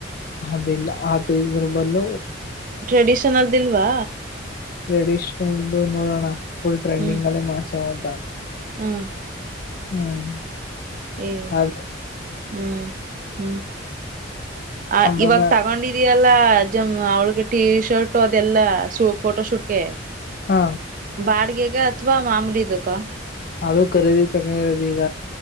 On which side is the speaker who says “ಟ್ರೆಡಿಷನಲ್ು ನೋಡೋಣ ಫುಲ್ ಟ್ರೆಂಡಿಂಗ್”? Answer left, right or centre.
Left